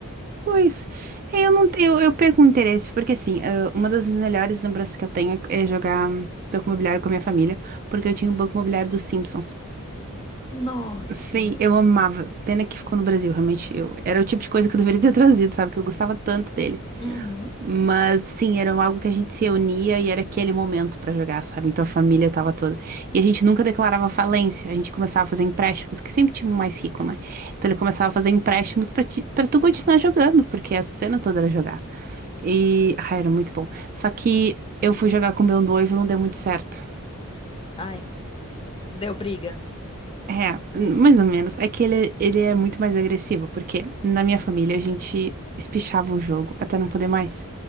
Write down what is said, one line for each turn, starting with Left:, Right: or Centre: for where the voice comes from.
Right: Pois, é, eu não eu, eu perco o interesse, porque assim, ah, uma das melhores lembranças que eu tenho é jogar hum, Banco Imobiliário com a minha família, porque eu tinha o Banco Imobiliário dos Simpsons.
Left: Nossa.
Right: Sim, eu amava. Pena que ficou no Brasil, realmente. Eu, era o tipo de coisa que eu deveria ter <laughs> trazido, sabe? Que eu gostava tanto dele.
Left: Uhum.
Right: Mas sim, era algo que a gente se reunia e era aquele momento pra jogar, sabe? Então a família tava toda. E a gente nunca declarava falência, a gente começava a fazer empréstimos, que sempre tinha um mais rico, né? Então ele começava a fazer empréstimos pra, ti... pra tu continuar jogando, porque a cena toda era jogar. E. Ah, era muito bom. Só que eu fui jogar com meu noivo e não deu muito certo.
Left: Ai, deu briga.
Right: É, mais ou menos. É que ele, ele é muito mais agressivo, porque na minha família a gente espichava o jogo até não poder mais.